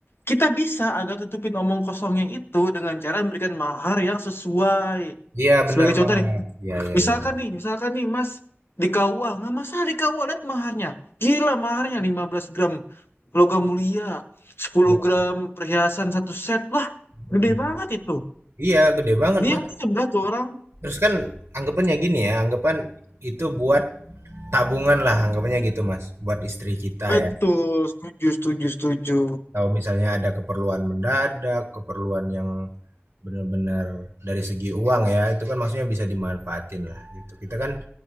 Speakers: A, on the left; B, on the right.
A: kita bisa agak tutupin omong kosongnya itu dengan cara memberikan mahar yang sesuai.
B: Iya benar
A: Sebagai contoh
B: Mas.
A: nih,
B: Iya iya
A: Misalkan
B: iya.
A: nih, misalkan nih Mas di KUA, nggak masalah di KUA, lihat maharnya. Gila maharnya 15 gram logam mulia, sepuluh
B: Iya.
A: gram perhiasan satu set. Lah,
B: Mhm.
A: gede banget itu.
B: Iya gede banget,
A: Dia
B: Mas.
A: sebelah tuh orang.
B: Terus kan anggapannya gini ya, anggapan itu buat tabungan lah anggapannya gitu, Mas, buat istri kita
A: Betul,
B: ya.
A: setuju, setuju, setuju.
B: Kalau misalnya ada keperluan mendadak, keperluan yang benar-benar dari segi uang ya, itu kan maksudnya bisa dimanfaatin lah gitu. Kita kan